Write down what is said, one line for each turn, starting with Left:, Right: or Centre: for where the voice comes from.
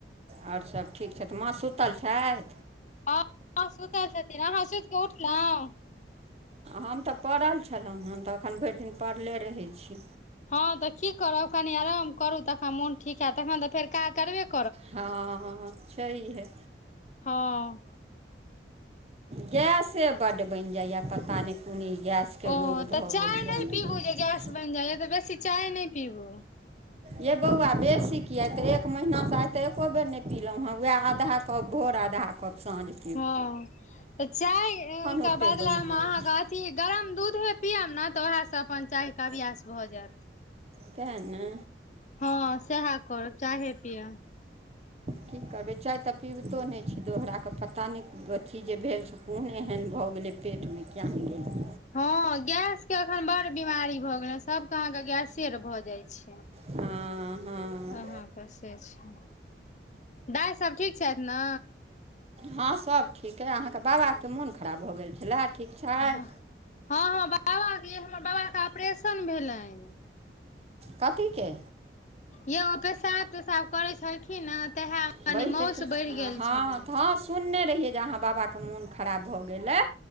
Right: और सब ठीक छथि माँ सुतल छथि।
Left: हँ सुतल छथि, आहाँ सुतिकऽ उठलहुँ।
Right: हम तऽ परल छलहुँँ हम तऽ एखन भरि दिन पड़ले रहैत छी
Left: ह तऽ की करब, कनि आराम करू, तखन मोन ठीक होयत, तखन तऽ फेर काज करबे कर।
Right: हाँ छै है
Left: हँ
Right: गेसे बड्ड बनि जाइए पता नहि कोन ई गेसके
Left: ओ
Right: रोग
Left: तऽ
Right: भऽ
Left: चाय
Right: गेल, कियैक
Left: नहि
Right: गेलियै?
Left: पीबू जे गैस बनि जाइय तऽ बेसी चाय नै पीबू
Right: यै बौआ बेसी किया तऽ एक महिनासँ आइ तऽ एको बेर नहि पीलहुँए व आधा कप भोर आधा कप परसाने
Left: हँ तऽ चायके
Right: ओतेक
Left: बदला
Right: बनि जाइ
Left: मे आहाका
Right: छै
Left: की गरम दूधे पियब न तऽ ओएहसँ अपन चायके अभ्यास भऽ जायत
Right: सेह ने
Left: हँ सेहे करब चाहे पिअब
Right: की करबै चाय तऽ पीबितो नहि छी दोहरा कऽ पता नहि अथी जे भेल से कोन एहन भऽ गेलै पेटमे कियान नहि गेलिए
Left: हँ, गैसके अखन बड़ बीमारी भऽ गेलै, सबके अहाँके गैसे भऽ जाइ छै।
Right: हँ हँ
Left: अहाँके से छै दाय सब ठीक छथि न
Right: हँ सभ ठीक अइ अहाँके बाबाके मोन खराब भऽ गेल छलए ठीक छथि
Left: हँ हँ बाबा के हमर बाबा के ऑपरेशन भेलनि
Right: कथीके
Left: यई पेशाब तेसाब करैत छलखिन हेँ तएहे कनी
Right: बाजि
Left: मौस
Right: देतै
Left: बढ़ि गेल
Right: हँ
Left: छलनि
Right: तऽ हँ सुनने रहियै जे अहाँ बाबा के मोन खराब भऽ गेलै